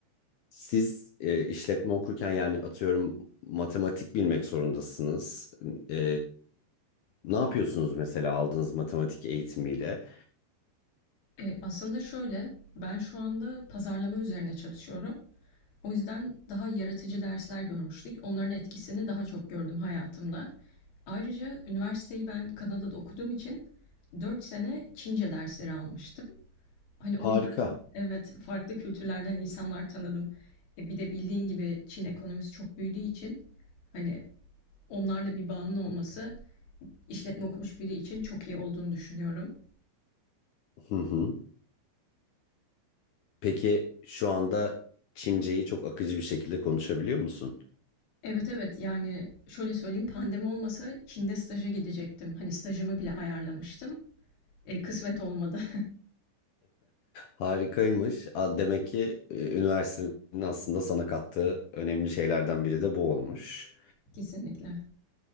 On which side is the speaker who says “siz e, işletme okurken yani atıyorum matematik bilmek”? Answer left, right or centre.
Left